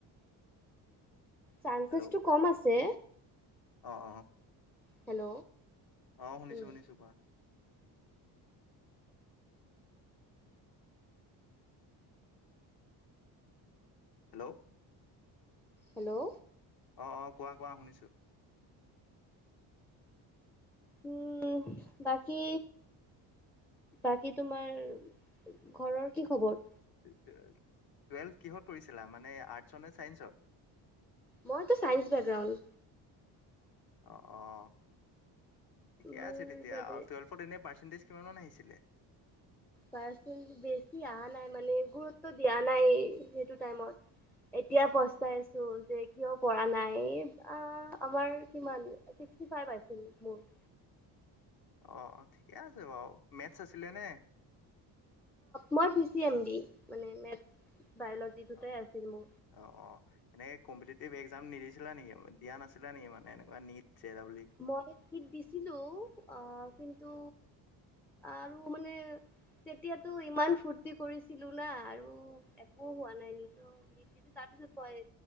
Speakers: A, in the centre; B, on the left.
A: চানসেছটো
B: হেল্ল'
A: কম আছে।
B: অ অ
A: হেল্ল',
B: অ, শুনিছো
A: উম,
B: - শুনিছো কোৱা। হেল্ল',
A: হেল্ল',
B: অ', অ', কোৱা - কোৱা শুনিছো।
A: উম, বাকী বাকী তোমাৰ ঘৰৰ কি খবৰ?
B: টুৱেলভ কিহত কৰিছিলা মানে আৰ্টছৰ নে চাইন্সত।
A: মইতো চাইন্স বেকগ্ৰাউণ্ড।
B: অহ', অহ', ঠিকে
A: মোৰ
B: আছে তেতিয়া
A: মানে
B: আৰু টুৱেলভত এনে পাৰ্চেন্টেজ কিমান মান আহিছিলে।
A: পাৰ্চ বেছি অহা নাই মানে গুৰুত্ব দিয়া নাই সেইটো টাইমত এতিয়া
B: অ
A: পষ্টাইছো যে কিয় কৰা নাই আহ, আমাৰ কিমান ছিক্সটি ফাইভ আছিল মোৰ। <inaudible>
B: অ, ঠিকে আছে বাৰু মেথছ আছিলে নে।
A: মই পি চি এম বি মানে। বায়লজি দুটাই
B: অ',
A: আছিল মোৰ।
B: অ', অ', এনে। কম্পিটিভ একজাম নিদিছিলা নেকি দিয়া নাছিল নে মানে এনেকুৱা নিট জে ডাবল ই
A: মই নিত দিছিলো আহ, কিন্তু আৰু মানে তেতিয়াতো ইমান ফূৰ্তি কৰিছিলো না আৰু একো হোৱা নাই নিত হেইটো পায়